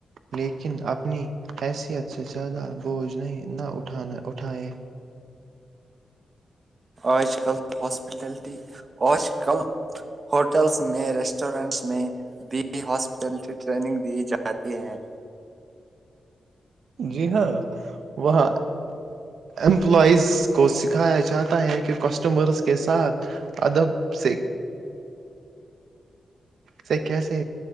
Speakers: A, on the right; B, on the right.
A: لیکن اپنی حیثیت سے زیادہ بوجھ نہیں نہ اٹھ اٹھانا اٹھاائے
B: آج کل ہاسپٹلٹی آج کل ہوٹلس میں ریسٹورینٹس میں دی ہاسپٹال ٹگ دی جا جی ہیں
A: جی ہاں وہاں امپلائز کو سکھایا جاتا ہے کہ کسٹمرس کے ساتھ اد س سے کیسے